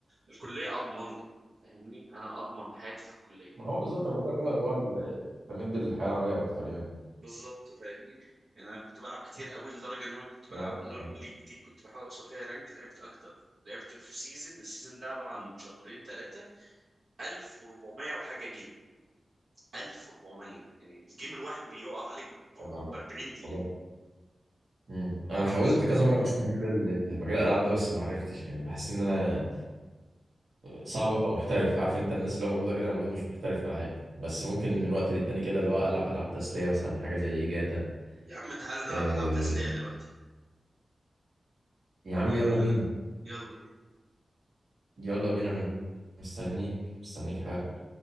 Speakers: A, on the right; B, on the right.
A: الكليه اضمن لي فاهمني انا اضمن حياتي في الكليه
B: ما هو بالظبط انا بقول لك اه اللي هو ال- اهتميت بالحياة العملية اكتر يعني
A: بالظبط فاهمني يعني انا كنت بلعب كتير قوي لدرجه ان انا كنت بلعب
B: آه،
A: لول
B: آه،
A: ليج دي كنت بحاول اوصل فيها رانك لعبت اكتر لعبت في سيزون السيزون ده عباره عن شهرين ثلاثه 1400 وحاجه جيم 1400 يعني الجيم الواحد بيقف عليك
B: آه،
A: ب 40 دقيقه
B: والله مم. انا
A: او
B: حاولت
A: خمسه
B: كذا مره اخش في مجال ال- مجال الالعاب ده بس ما عرفتش يعني بحس ان انا صعب ابقى محترف عارف انت الناس اللي هو مولوده كده انا مولود مش محترف العاب بس ممكن من وقت للتاني كده اللي هو العب العاب تسليه مثلا حاجه زي جاتا
A: يا عم تعالى نلعب
B: آه...
A: العاب تسليه دلوقتي
B: يا عم
A: يلا
B: يلا بينا
A: يلا
B: يلا بينا انا مستنيك مستنيك حاجه